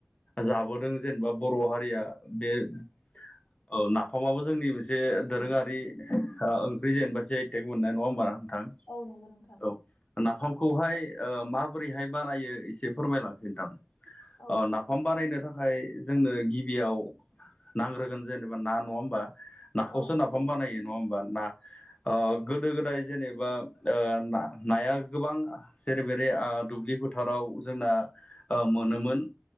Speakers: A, on the left; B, on the left.
A: जाबोदों जेनेबा बर' हारिया बे औ नाफामाबो जोंनि मोनसे दोरोङारि ओंख्रि जेनेबा जि आइ तेग। मोननाय नङा होमबा नोंथां?
B: औ नंगौ नोंथां।
A: औ नाफामखौहाय ओ माबोरैहाय बानायो एसे फोरमायलांसै नोंथां।
B: औ
A: अ नाफाम बानायनो थाखाय जोंनो गिबियाव नांग्रोगोन जेनेबा ना नङा होमबा? नाखौसो
B: औ
A: नाफाम बानायो नङा होमबा ना ओ गो गोदो गोदाय जेनेबा ओ ना-नाया गोबां जेरै मेरे दुब्लि फोथाराव जोंना ओ मोनोमोन।